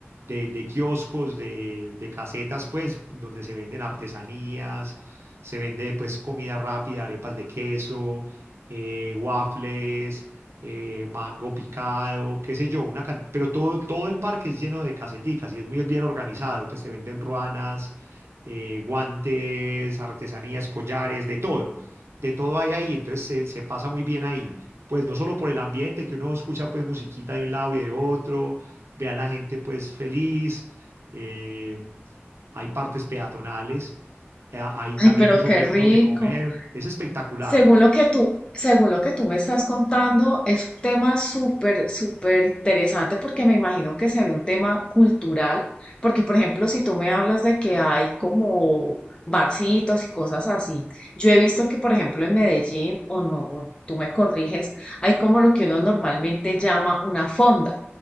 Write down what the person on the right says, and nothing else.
de, de kioscos, de, de casetas, pues, donde se venden artesanías, se vende pues comida rápida, arepas de queso, eh, waffles eh, mango picado, qué sé yo, una can- pero todo, todo el parque es lleno de caseticas y es muy bien organizado, pues te venden ruanas, eh, guantes, artesanías, collares, de todo, de todo hay ahí, entonces se, se pasa muy bien ahí, pues no solo por el ambiente, que uno escucha pues musiquita de un lado y de otro, ve a la gente pues feliz, eh, hay partes peatonales, eh, hay también
pues
obvio
donde comer, es espectacular,